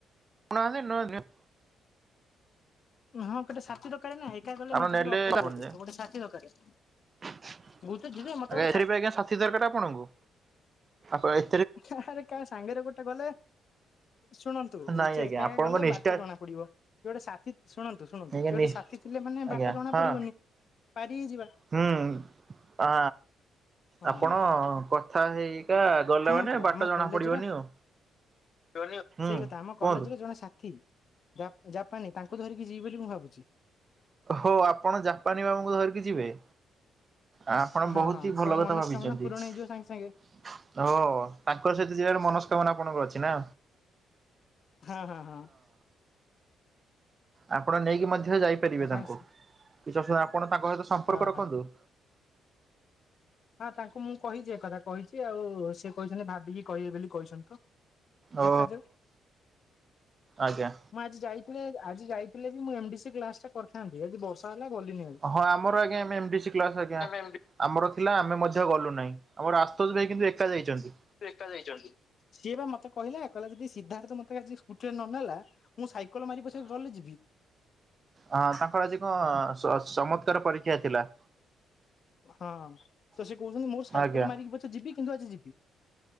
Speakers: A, on the right (about 35°); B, on the left (about 55°).
A: ନାହାନ୍ତି ନ ନିଅ।
B: ହଁ ଗୋଟେ ସାଥି ଦରକାରେ ନା ଏକା ଗଲେ
A: ଆପଣ
B: ମତେ
A: ନେଲେ
B: ଟିକେ ଅକଳିଆ
A: ଆପଣ
B: ଲାଗେ
A: ଯେ
B: ଗୋଟେ ସାଥି ଦରକାର।
A: ଆଜ୍ଞା
B: ମୁଁ ତ ଯିବି ମତେ ଗୋଟେ
A: ଏଥିରେ ବି ଆଜ୍ଞା ସାଥି ଦରକାର ଆପଣଙ୍କୁ ଆପ ଏ
B: ଆହାରେ କା ସାଙ୍ଗରେ ଗୋଟେ ଗଲେ। ଶୁଣନ୍ତୁ ନିଜେ
A: ନାଇଁ ଆଜ୍ଞା
B: ଏକା
A: ଆପଣଙ୍କ
B: ଏକା ଗଲେ
A: ନିଷ୍ଠା
B: ବାଟ ଜଣା ପଡିବ କିଏ ଗୋଟେ ସାଥି ଶୁଣନ୍ତୁ ଶୁଣନ୍ତୁ
A: ଆଜ୍ଞା
B: କିଏ ଗୋଟେ
A: ନି
B: ସାଥି ଥିଲେ ମାନେ
A: ଆଜ୍ଞା
B: ବାଟ ଜଣା
A: ହଁ
B: ପଡିବନି ପାରି ହେଇଯିବା।
A: ହୁଁ ଆ
B: ହଁ
A: ଆପଣ
B: ହଁ
A: କଥା ହେଇିକା ଗଲେ ମାନେ
B: ତୁ
A: ବାଟ
B: ଆମ
A: ଜଣା
B: କଲେଜର
A: ପଡିବନି ଆଉ।
B: <unintelligible>
A: ହୁଁ
B: ସେଇକଥା ଆମ
A: କୁହନ୍ତୁ
B: କଲେଜର ଜଣେ ସାଥି ଜାପା ଜାପାନୀ ତାଙ୍କୁ ଧରିକି ଯିବି ବୋଲି ମୁଁ ଭାବୁଛି।
A: ହଉ ଆପଣ ଜାପାନୀ ବାବୁଙ୍କୁ ଧରିକି ଯିବେ। ଆପଣ
B: ହଁ
A: ବହୁତି
B: ହଁ
A: ଭଲ
B: ତ
A: କଥା
B: ମନସ୍କାମନା
A: ଭାବିଚନ୍ତି।
B: ପୂରଣ
A: ଓ
B: ହେଇଯିବ ସାଙ୍ଗେ ସାଙ୍ଗେ
A: ତାଙ୍କ ସହିତ ଯିବାର ମନସ୍କାମନା ଆପଣଙ୍କର ଅଛି ନା।
B: ହଁ ହଁ ହଁ।
A: ଆପଣ ନେଇକି ମଧ୍ୟ ଯାଇପାରିବେ
B: ସାଙ୍ଗେ
A: ତାଙ୍କୁ କିଛି ଅୁବିଧା ଆପଣ ତାଙ୍କ ସହିତ ସମ୍ପର୍କ
B: ହଁ
A: ରଖନ୍ତୁ।
B: ହଁ ନା ତାଙ୍କୁ ମୁଁ କହିଚି ଏକଥା କହିଚି ଆଉ ସେ କହିଛନ୍ତି ଭାବିକି କହିବେ ବୋଲି କହିଛନ୍ତି ତ। ଦେଖାଯାଉ
A: ଓ ଆଜ୍ଞା।
B: ମୁଁ ଆଜି ଯାଇଥିଲେ ଆଜି ଯାଇଥିଲେ ବି ମୁଁ ଏମଡି ସି କ୍ଲାସ ଟା କରିଥାନ୍ତି ଆଜି ବର୍ଷ ବର୍ଷା ହେଲା ଗଲିନି ଅ
A: ହଁ ଆମର ଆଜ୍ଞା ଏମେ ଏଡିସି କ୍ଲାସ ଆଜ୍ଞା।
B: ଏମ ଡି
A: ଆମର ଥିଲା ଆମେ ମଧ୍ୟ ଗଲୁ ନାଇଁ ଆମର ଆସ୍ତୋଜ ଭାଇ କିନ୍ତୁ ଏକା ଯାଇଚନ୍ତି।
B: ଏକା ଯାଇଚନ୍ତି ସିଏ ବା ମତେ କହିଲା କହିଲା ଯଦି ସିଦ୍ଧାର୍ଥ ମତେ ଆଜି ସ୍କୁଟିରେ ନ ନେଲା। ମୁଁ ସାଇକଲ ମାରି ପଛେ ଗଲେ ଯିବି।
A: ହାଁ ତାଙ୍କର ଆଜି କ ଚ ଚମତ୍କାର ପରୀକ୍ଷା ଥିଲା।
B: ହଁ ତ ସେ କହୁଛନ୍ତି ମୋର ସାଇକଲ
A: ଆଜ୍ଞା
B: ମାରିକି ପଛେ ଯିବି କିନ୍ତୁ ଆଜି ଯିବି।